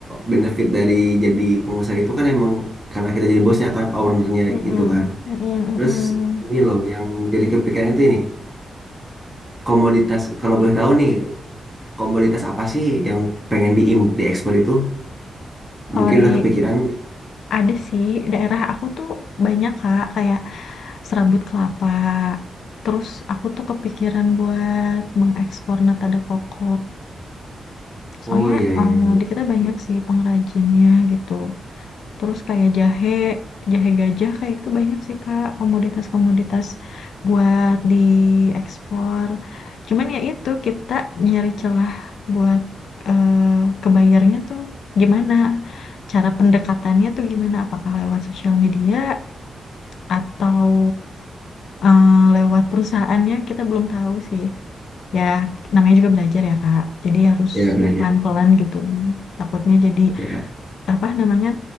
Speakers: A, in the centre; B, on the left.
A: benefit dari jadi pengusaha itu kan emang karena kita jadi bosnya kan ownernya
B: Mm-mm,
A: itu kan.
B: mm-mm,
A: Terus
B: mm-mm.
A: ini loh yang jadi kepikiran itu ini komoditas kalau boleh tahu nih komoditas apa sih yang pengen di diekspor itu?
B: Kalau
A: Mungkin
B: di
A: udah kepikiran.
B: ada sih daerah aku tuh banyak Kak kayak serabut kelapa. Terus aku tuh kepikiran buat mengekspor nata de coco. Soalnya
A: Oh iya
B: eh,
A: iya iya.
B: di kita banyak sih pengrajinnya gitu. Terus kayak jahe, jahe gajah kayak gitu banyak sih Kak komoditas-komoditas buat diekspor. Cuman ya itu kita nyari celah buat eh, ke bayarnya tuh gimana? Cara pendekatannya tuh gimana? Apakah lewat sosial media atau Eh, lewat perusahaannya kita belum tahu sih. Ya, namanya juga belajar ya, Kak. Jadi harus
A: Ya belajar.
B: pelan-pelan gitu. Takutnya jadi
A: Ya.
B: apa namanya?